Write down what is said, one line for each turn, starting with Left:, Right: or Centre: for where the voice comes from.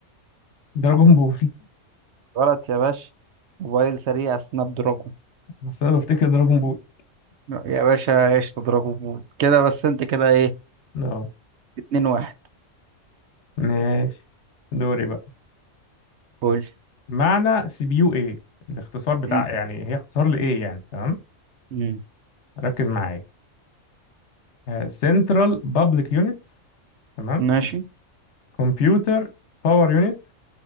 Left: دراجون بول
Right: غلط يا باشا موبايل سريع سناب دراجون
Left: بس أنا بفتكر دراجون بول
Right: يا باشا ايش تضربه بول كده بس انت كده ايه
Left: اه
Right: اتنين واحد
Left: ماشي دوري بقى
Right: قول
Left: معنى سي بي يو إيه الاختصار بتاع
Right: مم.
Left: يعني هي اختصار لإيه يعني تمام
Right: مم.
Left: ركز معايا سنترال بابليك يونت تمام
Right: ماشي
Left: كمبيوتر باور يونت